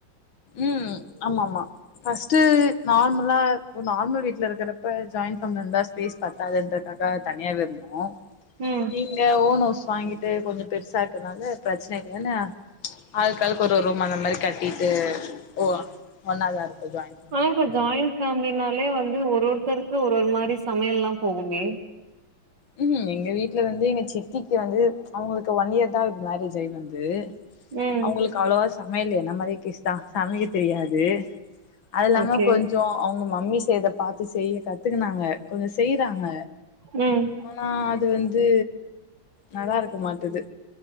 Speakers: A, on the left; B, on the right.
A: ம் ஆமா ஆமா ஃபர்ஸ்ட்டு நார்மலா நார்மல் வீ்ட்ல இருக்கிறப்ப ஜாயின் ஃபேமிலி இருந்தா ஸ்பேஸ் பத்தாதுன்றதால இப்பதா தனியாவே இருந்தோ
B: ம்
A: இங்க ஓன் ஹவுஸ் வாங்கிட்டு கொஞ்சோ பெருசா இருக்கனால பிரச்சன இல்லனா ஆளுக்க்காள் ஒரு ஒரு ரூமா அந்த மாரி கட்டிட்டு ஓ ஒன்னாதா இருக்கோ ஜாய்ண்ட் பே
B: ஆனா இப்ப ஜாய்ண் ஃபேமிலினாலே வந்து ஒரு ஒருத்தருக்கு ஒரு ஒரு மாரி சமையல்லா போகுமே
A: ம்ஹ்ம் எங்க வீட்ல வந்து எங்க சித்திக்கு வந்து அவங்களுக்கு ஒன் இயர்தா ஆகுது மேரேஜ் ஆயி வந்து
B: ம்
A: அவங்களுக்கு அவ்ளவா சமையல என்ன மாரி கேஷ்தா சமைக்க தெரியாது அது இல்லாம
B: ஓகே
A: கொஞ்சோ அவங்க மம்மி செய்த பாத்து செய்ய கத்துக்குனாங்க கொஞ்சோ செய்றாங்க
B: உம்
A: ஆனா அது வந்து நல்லா இருக் க்க மாட்டுது